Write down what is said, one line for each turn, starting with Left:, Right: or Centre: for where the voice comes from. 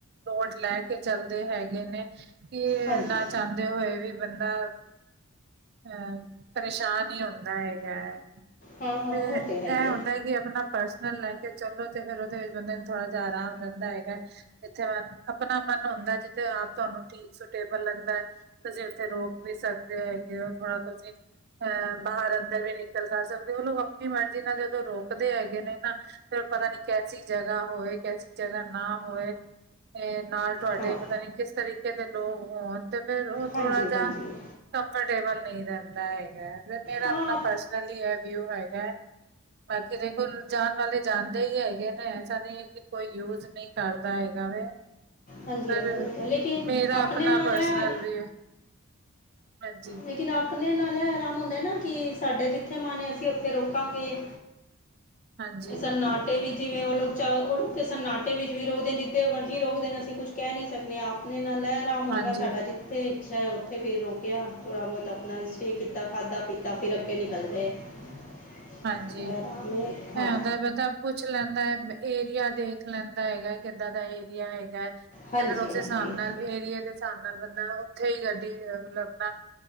Right: ਲੋਡ ਲੈ ਕੇ ਚੱਲਦੇ ਹੈਗੇ ਨੇ, ਕੀ
Left: ਹਾਂਜੀ
Right: ਨਾ ਚਾਹੁੰਦੇ ਹੋਏ ਵੀ ਬੰਦਾ ਅ, ਪਰੇਸ਼ਾਨ ਹੀ ਹੁੰਦਾ ਹੈਗਾ ਹੈ।
Left: ਹਾਂ ਹਾਂ
Right: ਤੇ
Left: ਉਹ
Right: ਇਹ
Left: ਤਾਂ ਹੈ ਹੀ
Right: ਹੁੰਦਾ ਹੈ ਕਿ, ਆਪਣਾ ਪਰਸਨਲ ਲਾਈਫ ਚਲੋ ਤੇ ਫਿਰ, ਉਹਦੇ ਵਿੱਚ ਬੰਦੇ ਨੂੰ ਥੋੜਾ ਜਿਹਾ ਆਰਾਮ ਰਹਿੰਦਾ ਹੈਗਾ, ਜਿੱਥੇ ਮਨ ਆਪਣਾ ਮਨ ਹੁੰਦਾ, ਜਿੱਥੇ ਆਪ, ਤੁਹਾਨੂੰ ਠੀਕ ਸੁਟੇਬਲ ਲੱਗਦਾ ਹੈ। ਤੁਸੀਂ, ਉੱਥੇ ਰੋਕ ਵੀ ਸਕਦੇ ਹੈਗੇ ਹੋ, ਥੋੜਾ ਤੁਸੀਂ ਅਹ ਬਾਹਰ -ਅੰਦਰ ਵੀ ਨਿਕਲ ਕਰ ਸਕਦੇ, ਉਹ ਲੋਕ ਆਪਣੀ ਮਰਜ਼ੀ ਨਾਲ, ਜਦੋਂ ਰੋਕਦੇ ਹੈਗੇ ਨੇ ਨਾ ਫਿਰ ਪਤਾ ਨੀ, ਕੈਸੀ ਜਗ੍ਹਾ ਹੋਏ, ਕੈਸੀ ਜਗ੍ਹਾ ਨਾ, ਹੋਏ ਨਾਲ ਤੁਹਾਡੇ
Left: ਹਾਂ
Right: ਪਤਾ ਨੀ, ਕਿਸ ਤਰੀਕੇ ਦੇ ਲੋਕ ਹੋਣ ਤੇ, ਫਿਰ ਉਹ
Left: ਹਾਂਜੀ
Right: ਥੋੜਾ ਜਿਹਾ
Left: ਹਾਂਜੀ
Right: ਕੰਫਰਟੇਬਲ ਨਹੀਂ ਰਹਿੰਦਾ ਹੈਗਾ, ਮੇਰਾ
Left: ਹਾਂ
Right: ਆਪਣਾ, ਪਰਸਨਲੀ ਇਹ ਵਿਊ ਹੈਗਾ। ਬਾਕੀ ਦੇਖੋ ਜਾਣ ਵਾਲੇ ਜਾਂਦੇ ਹੀ ਹੈਗੇ ਨੇ, ਐਸਾ ਨਹੀਂ ਹੈ, ਕਿ ਕੋਈ ਯੂਜ ਨਹੀਂ ਕਰਦਾ ਹੈਗਾ ਵੇ
Left: ਹਾਂਜੀ
Right: ਪਰ
Left: -ਹਾਂਜੀ, ਲੇਕਿਨ
Right: ਮੇਰਾ
Left: ਆਪਣੇ
Right: ਆਪਣਾ
Left: ਨਾਲ
Right: ਪਰਸਨਲ
Left: ਹੈ ਹਾਂ,
Right: ਵੀ ਹਾਂਜੀ
Left: ਲੇਕਿਨ ਆਪ ਆਪਣੇ, ਨਾਲ ਏ ਆਰਾਮ ਹੁੰਦਾ ਨਾ, ਕਿ ਸਾਡੇ ਜਿੱਥੇ ਮਨ ਅਸੀਂ ਉੱਥੇ ਰੋਕਾਂਗੇ।
Right: ਹਾਂਜੀ
Left: ਸਨਾਟੇ ਵਿੱਚ, ਜਿਵੇਂ ਉਹ ਲੋਕ ਚਾ, ਉਹ ਸਨਾਟੇ ਵਿੱਚ ਵੀ ਰੋਕ ਦੇਣ ਜਿੱਦੇ ਮਰਜ਼ੀ ਰੋਕਦੇ ਨੇ ਅਸੀਂ ਕੁਛ ਕਹਿ ਨੀ ਸਕਦੇ ਆਪਣੇ ਨਾਲ ਲੈ ਆਰਾਮ ਹੋਏਗਾ
Right: ਹਾਂਜੀ
Left: ਸਾਡਾ ਜਿਤੇ ਇਛਾ ਏ ਉੱਥੇ ਫਿਰ ਰੋਕਿਆ ਥੋੜਾ ਬਹੁਤ ਆਪਣਾ ਸਟੇਅ ਕੀਤਾ ਖਾਧਾ ਪੀਤਾ ਫਿਰ ਅੱਗੇ ਨਿਕਲ ਗਏ। <unintelligible>
Right: ਹਾਂਜੀ
Left: ਇਹ ਆਰਾਮ ਹੈ ਹਾਂ
Right: ਐ ਹੁੰਦਾ ਪਤਾ ਪੁੱਛ ਲੈਂਦਾ ਹੈ। ਏਰੀਆ ਦੇਖ ਲੈਂਦਾ ਹੈਗਾ ਕਿੱਦਾਂ ਦਾ ਏਰੀਆ ਹੈਗਾ ਤੇ
Left: ਹਾਂਜੀ
Right: ਫੇਰ ਉਸ
Left: ਹਾਂਜੀ
Right: ਹਿਸਾਬ ਨਾਲ ਏਰੀਏ ਦੇ ਹਿਸਾਬ ਨਾਲ ਬੰਦਾ ਉੱਥੇ ਹੀ ਗੱਡੀ ਮਤਲਬ ਆਪਣਾ